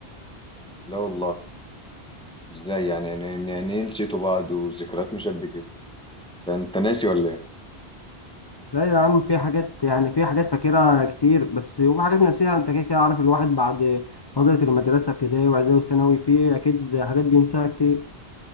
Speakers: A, in the centre; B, on the left.
A: لا والله ازاي يعني يعني يعني يعني إيه نسيتوا بعض والذكريات مش قد كده ده انت ناسي ولا ايه
B: لا يا عم في حاجات يعني في حاجات فاكرها كتير بس وفي حاجات ناسيها انت كده كده عارف الواحد بعد فترة المدرسة ابتدائي واعدادي وثانوي في اكيد حاجات بينساها كتير